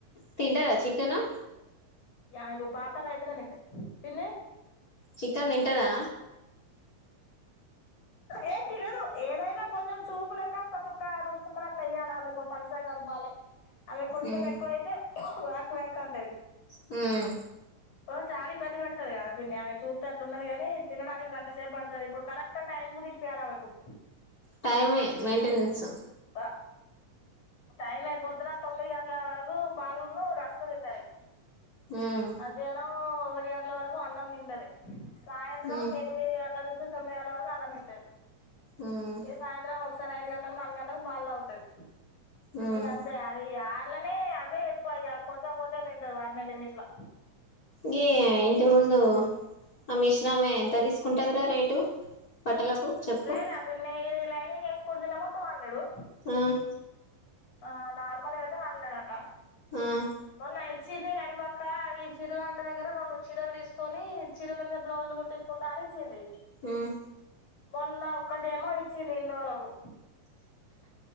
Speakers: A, on the left; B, on the left.
A: తింటారా చికెను.
B: యా ఇగో పాప్డాలైతే నే తింటా పిన్ని.
A: చికెన్ తింటదా.
B: ఏ తినదు, ఏదైనా కొంచెం సుపు లెక్క ఒక చుక్క, రెండు చుక్కలు, అట్లా ఎయ్యాల రేపు పలసాగా కలపాలే. అదే కొంచెం
A: ఉమ్,
B: ఎక్కువైతే. వ్యాక్ వ్యాక్అంటాది.
A: హుమ్మ్.
B: ఓ చాలీ ఇబ్బంది పెడతాది కాదు పిన్ని, ఆమె చూస్తే అట్లున్నది కాని తినడానికి గంట సేప్ పడ్తాడి. ఇప్పుడు కరెక్ట్ టైం కు తినిపియాలి ఆమెకు.
A: టైమే మెయింటెనెన్స్.
B: టా టైమే పొద్దున తొమ్మిది గంటల వరకు పాలున్ను రస్కు తింటాది.
A: ఉమ్,
B: మధ్యాహ్నం ఒకటి గంటల వరకు అన్నం తింటాది, సాయంత్రం
A: ఉమ్,
B: ఎనిమిది గంటల నుంచి తొమ్మిది గంటల వరకు అన్నం తింటాది.
A: ఉమ్,
B: ఇగ సాయంత్రం ఒకసారి ఐదు గంటలకు, నాలుగు గంటలకు పాల్ తాగుతాది.
A: ఉమ్.
B: ఇగ అంతే అది ఆర్లనే అవే ఎక్కువ ఇగ, కొంచెం కొంచెం తింటాది వాటినే లిమిట్ల.
A: గీమే ఇంటి ముందు ఆ మిషినామే ఎంత తీస్క్. ఉంటదిరా రేటు బట్టలకు. చెప్పు
B: రేటా పిన్నీ ఇది లైనింగ్ ఏస్. కుడితేనేమో టు హండ్రెడు.
A: ఉమ్.
B: ఆ నార్మల్ గా అయితే హండ్రెడ్ అంట.
A: ఉమ్,
B: కొన్నా <unintelligible> చిన్ని నడిపక్క ఈ చీరలాంటి దగ్గర, రెండు చీరలు తీసుకొని, చీరల మీద బ్లౌజులు కుట్టిసుకుంటా అని ఇచ్చింది.
A: ఉమ్.
B: మొన్న ఒక్కటేమో ఇచ్చింది ఇన్ని రోజులకు.